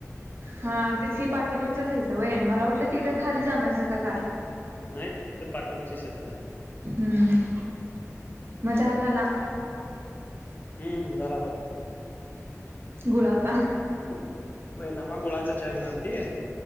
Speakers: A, on the right; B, on the left.
A: हा तेच की पाठीमागचाच हाईसा व्हय मला वाटलं तिडं खाली जाणारईसा का काय
B: नाय इथं पाठीमागच्या शेतात हाय.
A: हूं म चहा झाला
B: हम्म झाला बघ
A: गुळाचा
B: व्हय नापा गुळाचा चहा घेऊन आलती.